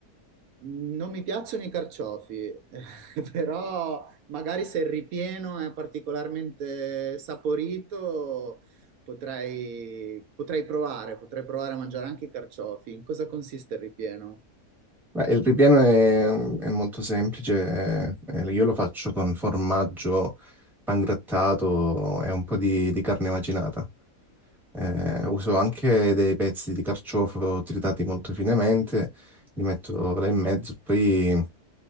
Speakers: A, on the right; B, in the centre.
A: Mm, Non mi piacciono i carciofi, <laughs> però magari se il ripieno è particolarmente saporito, potrei, potrei provare, potrei provare a mangiare anche i carciofi. In cosa consiste il ripieno?
B: Beh, il ripieno è, è molto semplice, eh, io lo faccio con formaggio pangrattato e un po' di, di carne macinata. Eh, uso anche dei pezzi di carciofo tritati molto finemente, li metto là in mezzo, poi